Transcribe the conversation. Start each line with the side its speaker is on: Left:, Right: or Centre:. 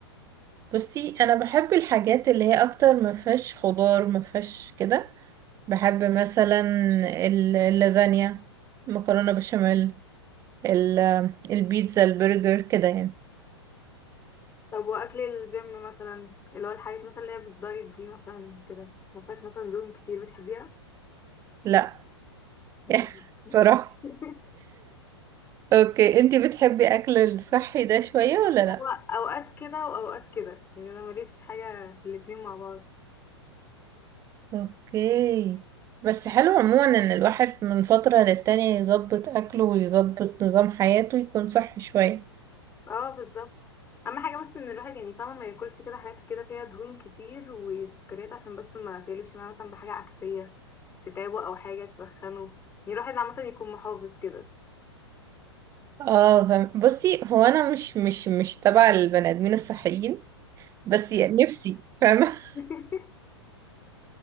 Right: بصي انا بحب الحاجات اللي هي اكتر ما فيهاش خضار ما فيهاش كده بحب مثلا ال- اللازانيا مكرونه بشاميل ال- البيتزا البرجر كده يعني
Left: طب واكل الجيم مثلا اللي هو الحاجات مثلا اللي هي بالدايت دي مثلا كده ما فيهاش مثلا دهون كتير بتحبيها
Right: لا
Left: مم.
Right: <laughs> صراحه
Left: <laughs>
Right: اوكي انتي بتحبي اكل الصحي ده شويه ولا لا
Left: هو اوقات كده واوقات كده يعني انا ماليش حاجه في الاتنين مع بعض
Right: اوكي بس حلو عموما ان الواحد من فتره للتانيه يظبط اكله ويظبط نظام حياته يكون صحي شويه
Left: اه بالظبط اهم حاجه بس ان الواحد يعني فاهمه ما ياكلش كده حاجات كده فيها دهون كتير وسكريات عشان بس ما تقلبش معاه مثلا بحاجه عكسيه تتعبه او حاجه تسخنه يعني الواحد عامه يكون محافظ كده
Right: اه فاهم بصي هو انا مش مش مش تبع البني ادمين الصحيين بس يعني نفسي فاهمة <laughs>
Left: <laughs>